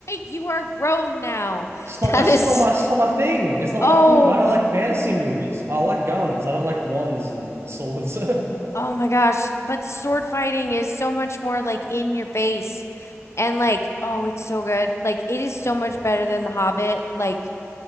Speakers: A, on the left; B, on the right.
A: You are grown now.
B: It's not
A: That
B: my, it's
A: is
B: not my, it's not my thing. It's not
A: oh,
B: my thing. I don't like fantasy movies. I like guns. I don't like wands and swords. <laughs>
A: oh my gosh. But sword fighting is so much more like in your face. And like, oh, it's so good. Like it is so much better than The Hobbit. Like